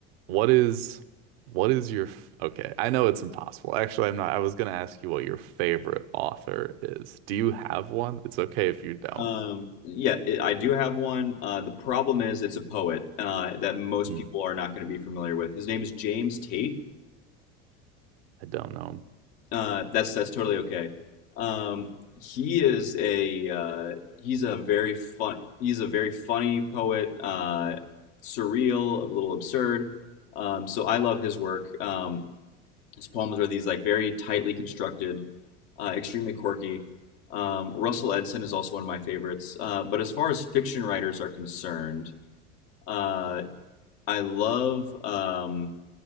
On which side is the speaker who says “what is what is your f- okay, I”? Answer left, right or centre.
Right